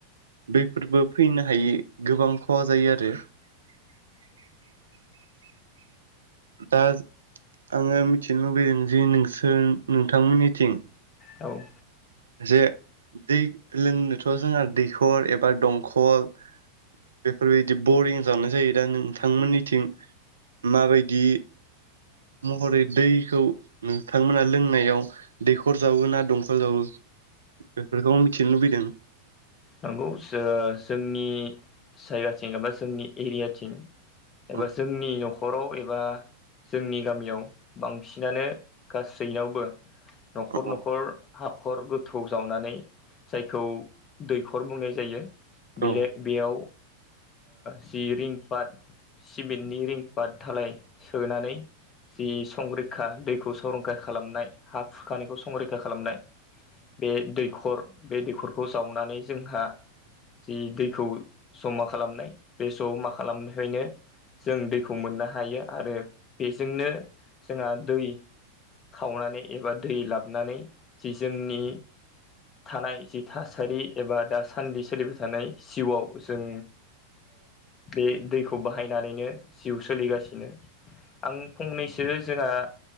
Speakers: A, on the right; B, on the left.
A: बेफोरबो फैनो हायि गोबां खहा जायो आरो औ। दा आङो मिथिनो लुबैदों जे नोंसोर नोंथांमोननिथिं
B: औ।
A: जे दै लोंनोथ' जोंहा दैखर एबा दंखल बेफोरबायदि बरिं जानाय जायो दा नोंथांमोननिथिं माबायदि। <inaudible> महरै दैखौ नोंथांमोना लोंनायाव दैखर जावो ना दंखाल जावो बेफोरखौ आ मिथिनो लुबैदों।
B: नंगौ जोंनि जायगाथिं एबा जोंनि एरियाथिं एबा
A: औ
B: जोंनि न'खर नखराव एबा जोंनि गामियाव बांसिनानो गासैनावबो। न'खर
A: औ
B: न'खर हाखर गोथौ जावनानै जायखौ दैखर बुंनाय जायो बे
A: औ
B: बेयाव। जि रिं पाट सिमेन्टनि रिं पाट धालाय सोनानै। जि संरैखा दैखौ संरैखा खालामनाय हा खुरखानायखौ संरैखा खालामनाय। बे दैखर बे दैखरखौ जावनानै जोंहा जि दैखौ जमा। खालामनाय बे स' मा खालामहनो जों दैखौ मोननो हायो आरो बेजोंनो जोंहा दै। खावनानै एबा दै लाबानै जि जोंनि थानाय जि थासारि एबा दासान्दि सोलिबाय थानाय जिउआव जों बे दैखौ बाहायनानैनो जिउ सोलिगासिनो आं फंनैसो जोंहा